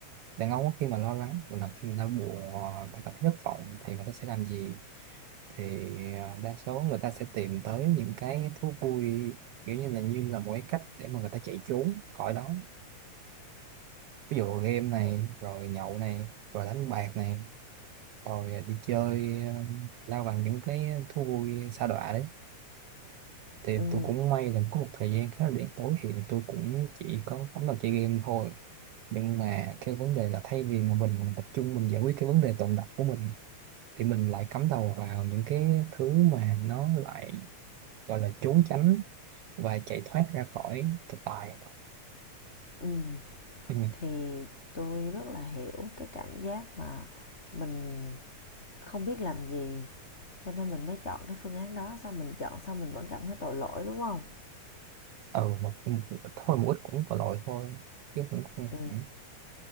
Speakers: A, on the right (about 85°); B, on the left (about 25°).
A: đàn ông á, khi mà lo lắng hoặc là khi người ta buồn hoặc người ta cảm thấy thất vọng thì người ta sẽ làm gì thì à, đa số người ta sẽ tìm tới những cái thú vui kiểu như là như là một cái cách để mà người ta chạy trốn khỏi đó ví dụ game này rồi nhậu này rồi đánh bạc này rồi đi chơi ờ, lao bằng những cái thú vui sa đọa đấy thì
B: ừm,
A: tôi cũng may là có một thời gian khá là đen tối thì tôi cũng chỉ có cắm đầu chơi game thôi nhưng mà cái vấn đề là thay vì mà mình tập trung mình giải quyết cái vấn đề tồn đọng của mình thì mình lại cắm đầu vào những cái thứ mà nó lại gọi là trốn tránh và chạy thoát ra khỏi thực tại
B: ừm.
A: ừ,
B: Thì tôi rất là hiểu cái cảm giác mà mình không biết làm gì, cho nên mình mới chọn cái phương án đó, xong mình chọn xong mình vẫn cảm thấy tội lỗi, đúng không
A: ừ một, một ít thôi một ít cũng tội lỗi thôi chứ cũng không
B: Ừm,
A: hẳn